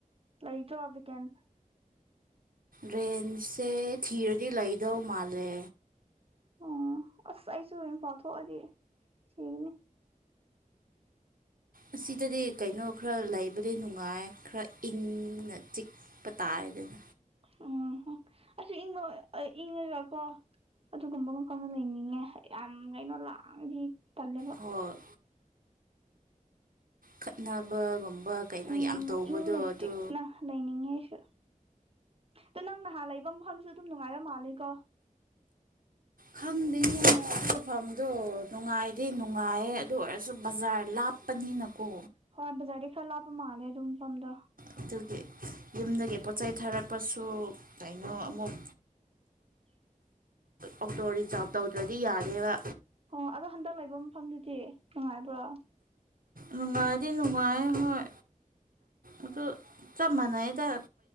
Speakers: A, on the right; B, on the right.
A: ꯂꯩꯇ꯭ꯔꯣ ꯚꯦꯀꯦꯟ
B: ꯔꯦꯟꯁꯦ ꯊꯤꯔꯗꯤ ꯂꯩꯗꯧ ꯃꯥꯜꯂꯦ
A: ꯑꯣ ꯑꯁ ꯑꯩꯁꯨ ꯢꯝꯐꯥꯜ ꯊꯣꯛꯑꯗꯤ ꯊꯤꯒꯅꯤ
B: ꯑꯁꯤꯗꯗꯤ ꯀꯩꯅꯣ ꯈꯔ ꯂꯩꯕꯗꯤ ꯅꯨꯡꯉꯥꯏ ꯈꯔ ꯏꯪꯅ ꯆꯤꯛ ꯄ <unintelligible>
A: ꯑꯣ ꯑꯁꯤ ꯏꯪꯉꯣ ꯏꯪꯉꯒ ꯀꯣ ꯑꯗꯨꯒꯨꯝꯕ ꯃꯐꯥꯝꯗ ꯂꯩꯅꯤꯡꯉꯦ ꯌꯥꯝ ꯀꯩꯅꯣ ꯂꯥꯡꯉꯗꯤ ꯇꯜꯂꯦꯕ
B: ꯍꯣꯏ ꯈꯠꯅꯕꯒꯨꯝꯕ ꯀꯩꯅꯣ
A: ꯎꯝ
B: ꯌꯥꯝ ꯇꯧꯕꯗꯣ
A: ꯏꯪꯅ
B: ꯑꯗꯨ
A: ꯆꯤꯛꯅ ꯂꯩꯅꯤꯡꯉꯦ ꯑꯩꯁꯨ ꯑꯗꯣ ꯅꯪꯅ ꯍꯥꯟ ꯂꯩꯕ ꯃꯐꯝꯁꯨ ꯑꯗꯨꯝ ꯅꯨꯡꯉꯥꯏꯕ ꯃꯥꯜꯂꯤꯀꯣ
B: ꯈꯪꯗꯦꯅꯦ ꯑꯗꯨ ꯃꯐꯝꯗꯨ ꯅꯨꯡꯉꯥꯏꯗꯤ ꯅꯨꯡꯉꯥꯏꯌꯦ ꯑꯗꯨ ꯑꯣꯏꯔꯁꯨ ꯕꯖꯥꯔ ꯂꯥꯞ ꯄꯅꯤꯅꯀꯣ
A: ꯍꯣꯏ ꯕꯖꯥꯔꯗꯤ ꯈꯔ ꯂꯥꯞꯄ ꯃꯥꯜꯂꯦ ꯑꯗꯨꯝ ꯃꯐꯝꯗꯣ
B: ꯑꯗꯨꯒꯤ ꯌꯨꯝꯗꯒꯤ ꯄꯣꯠ ꯆꯩ ꯊꯥꯔꯛꯄꯁꯨ ꯀꯩꯅꯣ ꯑꯃꯨꯛ
A: <inaudible>
B: ꯑꯣꯇꯣ ꯔꯤꯖꯥꯚ ꯇꯧꯗ꯭ꯔꯗꯤ ꯌꯥꯗꯦꯕ
A: ꯑꯣ ꯑꯗꯣ ꯍꯟꯗꯛ ꯂꯩꯕ ꯃꯐꯝꯗꯨꯗꯤ ꯅꯨꯡꯉꯥꯏꯕ꯭ꯔꯣ
B: ꯅꯨꯡꯉꯥꯏꯑꯦꯗꯤ ꯅꯨꯡꯉꯥꯏ ꯍꯣꯏ ꯑꯗꯨ ꯆꯞ ꯃꯥꯟꯅꯩꯗ